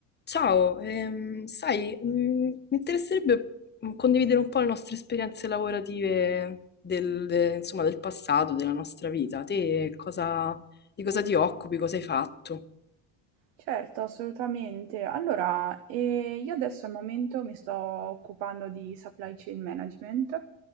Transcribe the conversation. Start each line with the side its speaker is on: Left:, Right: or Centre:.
Left: Ciao, ehm, sai, mm, mi interesserebbe mm, condividere un po' le nostre esperienze lavorative del, de- insomma, del passato, della nostra vita. Te cosa- di cosa ti occupi, cosa hai fatto?
Right: Certo, assolutamente. Allora, ehm, io adesso al momento mi sto occupando di supply chain management.